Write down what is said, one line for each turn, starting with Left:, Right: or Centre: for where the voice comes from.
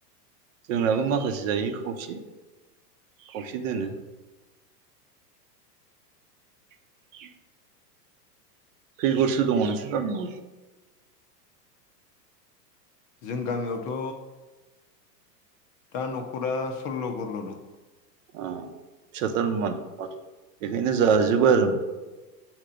Right: जोंनाबो माखासे जायो खावसे खावसे दोनो <inaudible> खै गरसो दङ नोंसोर गामियाव
Left: जों गामियावथ' दा न'खरा सल्ल' गरल' दं।
Right: ओ फिसाथारमोन बेखायनो जाजोबो आरो